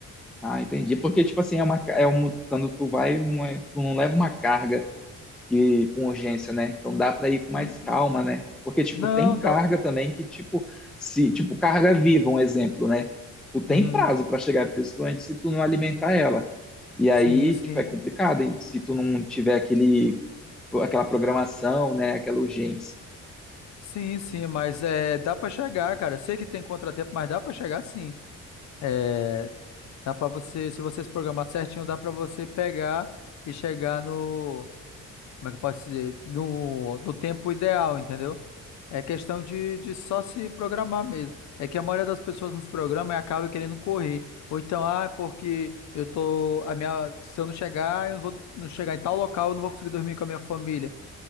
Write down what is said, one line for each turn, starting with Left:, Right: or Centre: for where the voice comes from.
Centre: Ah, entendi. Porque tipo assim, é uma, ca- é um, quando tu vai, não, é, tu não leva uma carga que com urgência, né? Então dá para ir com mais
Left: Hum,
Centre: calma, né? Porque tipo
Left: Não,
Centre: tem carga
Left: dá.
Centre: também que tipo se tipo carga viva, um exemplo, né? Tu tem
Left: Uhum.
Centre: prazo para chegar, principalmente se tu não alimentar ela. E
Left: Sim,
Centre: aí,
Left: sim.
Centre: tipo, é complicado, e se tu não tiver aquele aquela programação, né, aquela urgência.
Left: Sim, sim, mas é, dá pra chegar, cara. Sei que tem contratempo, mas dá pra chegar sim. É, dá pra você, se você se programar certinho, dá pra você pegar e chegar no, como é que eu posso dizer? No, do tempo ideal, entendeu? É questão de, de só se programar mesmo. É que a maioria das pessoas nos programam e acaba querendo correr. Ou então, ah, é porque eu tô, a minha, se eu não chegar, eu não vou não chegar em tal local, eu não vou conseguir dormir com a minha família